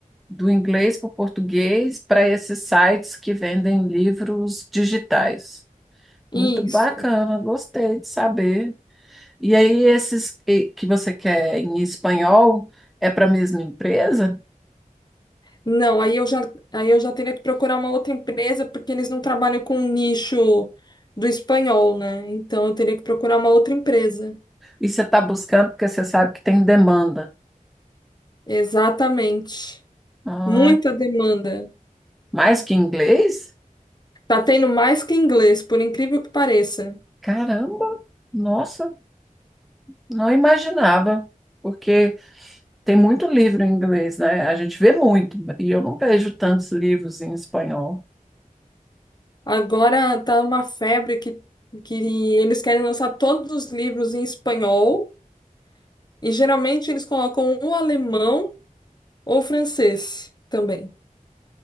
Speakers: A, in the centre; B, on the left.
A: do inglês para o português para esses sites que vendem livros digitais.
B: Isso.
A: Muito bacana, gostei de saber. E aí, esses e- que você quer em espanhol é para a mesma empresa?
B: Não, aí eu já, aí eu já teria que procurar uma outra empresa, porque eles não trabalham com o nicho do espanhol, né? Então eu teria que procurar uma outra empresa.
A: E você está buscando porque você sabe que tem demanda.
B: Exatamente.
A: Ah,
B: Muita demanda.
A: mais que inglês?
B: Tá tendo mais que inglês, por incrível que pareça.
A: Caramba! Nossa, não imaginava. Porque tem muito livro em inglês, né? A gente vê muito, e eu não vejo tantos livros em espanhol.
B: Agora tá uma febre que, que eles querem lançar todos os livros em espanhol e geralmente eles colocam ou alemão ou francês também.